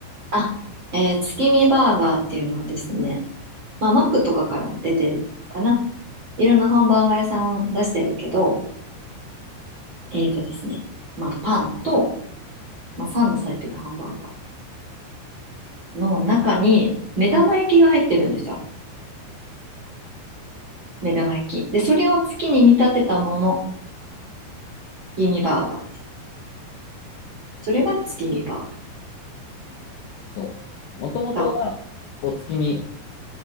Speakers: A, on the right; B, on the left.
A: あ、えー月見バーガーっていうのはですね、まあ、マックとかからも出てるかな。いろんなハンバーガー屋さん出してるけど、えーとですね、まあ、パンと、まあ、サンドされてるハンバーガーの中に目玉焼きが入ってるんですよ。目玉焼き。で、それを月に見立てたもの、月見バーガーです。それが月見バー
B: そう。そう。もともとは、
A: ガー。
B: お月見